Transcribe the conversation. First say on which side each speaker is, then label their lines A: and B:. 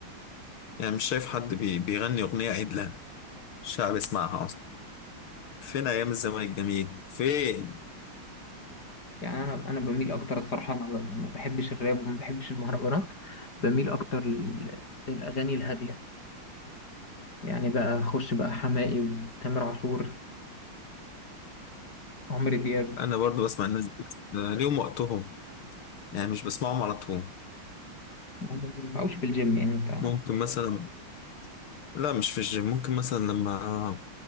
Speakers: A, on the left; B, on the left.
A: يعني مش شايف حد بي- بيغني اغنيه عدله الشعب يسمعها اصلا فين ايام الزمن الجميل فين
B: يعني انا انا بميل اكتر الصراحه انا ب- ما بحبش الراب وما بحبش المهرجانات بميل اكتر لل- للاغاني الهاديه يعني بقى اخش بقى حماقي وتامر عاشور عمرو دياب
A: انا برضو بسمع الناس دي آه، ليهم وقتهم يعني مش بسمعهم على طول
B: ما هم ما ينفعوش في الجيم يعني انت
A: ممكن مثلا لا مش في الجيم ممكن مثلا لما